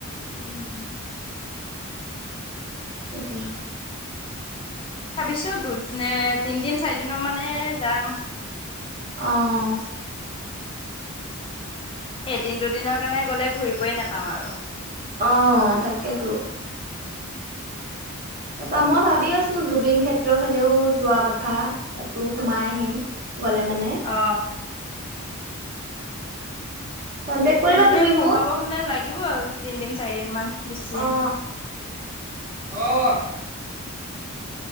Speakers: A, on the right; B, on the left.
A: উম তাকেতো
B: ভাবিছো দু এ‌ তিনদিন চাৰিদিনৰ মানে যাম
A: অহঁ
B: এদিন দুদিনৰ কাৰণে গ'লে ঘূৰিবই নাপাম আৰু
A: অ তাকেইতো তাপা মই ভাবি আছো জুবিন ক্ষেত্ৰৰ ফালেও যোৱা কথা তাতো সোমাই আহিম গ'লে মানে
B: অ
A: কন্টেক কৰিবা
B: তেনেকে
A: তুমি
B: সোমাব
A: মোক
B: হ'লে লাগিব আৰু তিনদিন চাৰি দিন মান বেছি
A: অ অ